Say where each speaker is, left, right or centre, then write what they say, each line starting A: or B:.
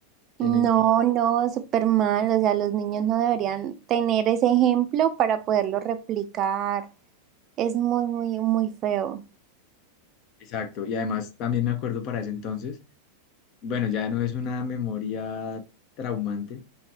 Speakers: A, on the left (about 40°); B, on the right (about 35°).
A: que
B: No,
A: no imagino.
B: no, súper mal. O sea, los niños no deberían tener ese ejemplo para poderlo replicar. Es muy, muy, muy feo.
A: Exacto. Y además también me acuerdo para ese entonces, bueno, ya no es una memoria traumante.